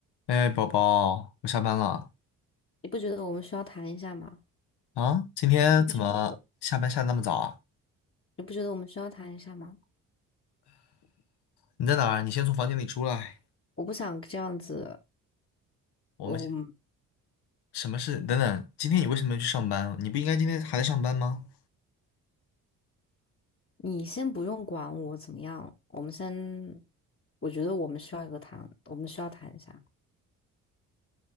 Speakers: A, on the left; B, on the left.
A: 哎，宝宝，我下班了
B: 你不觉得我们需要谈一下吗？
A: 啊！今天怎么下班下得那么早啊？
B: 你不觉得？你不觉得我们需要谈一下吗？
A: 你在哪儿？你先从房间里出来。
B: 我不想这样子，
A: 我们先
B: 我，
A: 什么事？等等，今天你为什么要去上班？你不应该今天还在上班吗
B: 你先不用管我怎么样，我们先，我觉得我们需要一个谈，我们需要谈一下。